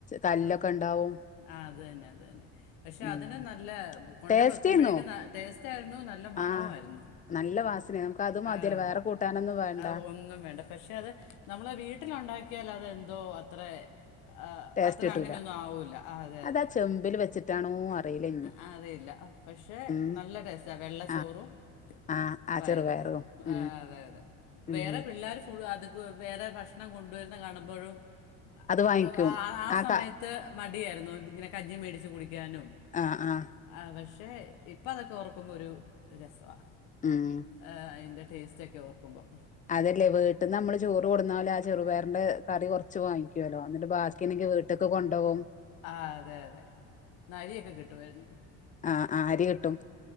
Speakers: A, on the left (about 25°); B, on the left (about 75°).
A: കല്ലൊക്കെ
B: ആഹ്
A: ഉണ്ടാവും
B: ആഹ് അത് തന്നെ അത് തന്നെ. പക്ഷെ
A: ഉം
B: അതിന് നല്ലേ കൊണ്ട
A: ടേസ്റ്റേന്നു
B: വെക്കുമ്പൊഴേക്കും ന ടേസ്റ്റായിരുന്നു, നല്ല മണവുമായിരുന്നു.
A: ആഹ് നല്ല വാസനയാ നമുക്ക് അത് മതിയല്ലോ
B: ആഹ്
A: വേറെ കൂട്ടാനൊന്നും വേണ്ട
B: അത് ഒന്നും വേണ്ട പക്ഷെ അത് നമ്മളെ വീട്ടിലുണ്ടാക്കിയാല് അത് എന്തോ അത്രേ ആഹ്
A: ടേസ്റ്റ്
B: അത്രെ
A: കിട്ടൂല
B: അങ്ങനെയൊന്നു ആവൂല്ല. അതെ
A: അതാ
B: അതെ.
A: ചെമ്പിൽ വെച്ചിട്ടാണോ അറിയില്ല ഇനി
B: അ അറിയില്ല പക്ഷെ,
A: ഉം
B: നല്ല ടേസ്റ്റ റ്റ വെള്ള
A: ആ
B: ചോറും
A: ആ ആ
B: പയറും.
A: ചെറുപയറും ഉം
B: ആഹ് അതെ അതെ.
A: ഉം
B: വേറ പിൾ ള്ളാര് ഫുള്ള് അധികും വേറെ ഭക്ഷണം കൊണ്ടുവരുന്ന കാണുമ്പോഴും
A: അത് വാങ്ങിക്കും
B: ക്കെ ആഹ് ആ സമയത്ത്
A: ക
B: ക്കെ മടിയായിര്ന്നു ഇങ്ങനെ കഞ്ഞിം മേടിച്ച് കുടിയ്ക്കാനും
A: ആഹ് ആഹ്
B: ആഹ് പക്ഷേ ഇപ്പതൊക്കെ ഓർക്കുമ്പൊ ഒരു രസവാ.
A: ഉം
B: ആഹ് അയിൻ്റെ ടേസ്റ്റൊക്കെ ഓർക്കുമ്പം.
A: അതല്ലെ വീട്ടിന്നമ്മള് ചോറ് കൊട്ന്നാല് ആ ചെറുപയറിന്റെ കറി കൊർച്ച് വാങ്ങി യ്ക്കോലോ, ഇന്ന്ട്ട് ബാക്കിണ്ടേങ്കി വീട്ട്ക്ക് കൊണ്ടോവും.
B: ആഹ് അതെ അതെ. അരിയൊക്കെ കിട്ടുവായിരുന്നു.
A: ആഹ് ആഹ് അരി കിട്ടും.